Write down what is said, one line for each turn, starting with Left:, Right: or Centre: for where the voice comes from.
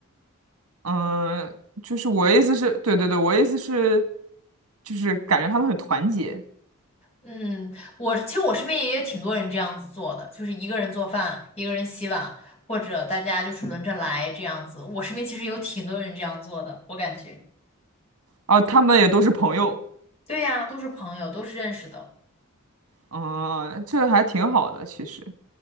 Right: 嗯，就是我意思是，对对对，我意思是，就是感觉他们很团结，
Left: 嗯，我其实我身边也有挺多人这样子做的，就是一个人做饭，一个人洗碗，或者大家就是轮着来这样子。我身边其实有挺多人这样做的，我感觉。
Right: 啊，他们也都是朋友，
Left: 对呀，都是朋友，都是认识的。
Right: 嗯，这还挺好的，其实